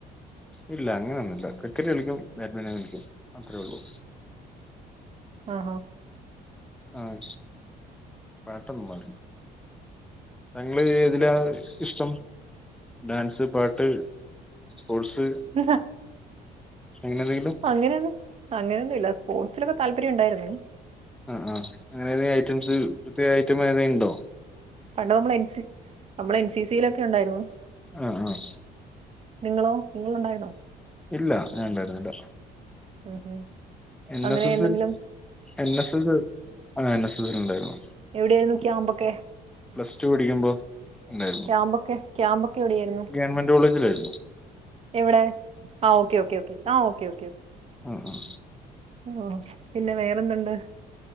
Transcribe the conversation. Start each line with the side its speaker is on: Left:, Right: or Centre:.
Centre: ഇല്ല അങ്ങനെയൊന്നും ഇല്ല. ക്രിക്കറ്റ് കളിക്കും ബാഡ്മിന്റൺ കളിക്കും അത്രേ ഉള്ളൂ.
Right: ആഹ്
Centre: ആഹ് ശ പട്ടൊന്നും പാടൊ <unintelligible> ഏതിലാ ഇഷ്ടം. ഡാൻസ്, പാട്ട്, സ്പോർട്സ്.
Right: <unintelligible>
Centre: അങ്ങനെ എന്തെങ്കിലും
Right: അങ്ങനെയൊന്ന്. അങ്ങനൊന്നുല്ല സ്പോട്സിലൊക്കെ താല്പര്യം ഉണ്ടായിര്ന്നു.
Centre: ആഹ് ആഹ് അങ്ങനേതേ ഐറ്റംസ് പ്രത്യക ഐറ്റം ഏതെങ്കിം ണ്ടോ.
Right: പണ്ട് അമ്മള് എൻ സി അമ്മള് എൻ സി സിയിലൊക്കെ ഉണ്ടായ്രുന്നു.
Centre: ആഹ് ആഹ്
Right: നിങ്ങളോ നിങ്ങളുണ്ടായിന്നോ.
Centre: ഇല്ല ഞാണ്ടായിര്ന്നില്ല
Right: ഉം ഉം
Centre: എൻ
Right: അങ്ങനെ
Centre: എസ് എസ്.
Right: എന്തെങ്കിലും
Centre: എൻ എസ് എസ് ആ എൻ എസ് എസ്നുണ്ടായിരുന്നു.
Right: എവിടെയായിരുന്നു ക്യാമ്പൊക്കെ
Centre: പ്ലസ് ടു പടിക്കുമ്പൊ ഉണ്ടായ്രുന്നു
Right: ക്യാമ്പൊക്കെ ക്യാമ്പൊക്കെ എവിടെയായിരുന്നു
Centre: ഗവൺമെന്റ് കോളേജിലായിരുന്നു.
Right: എവിടെ ആഹ് ഓക്കേ ഓക്കേ ആഹ് ഓക്കേ
Centre: ഉം ഉം
Right: ഓഹ് പിന്നെ വേറെന്തുണ്ട്.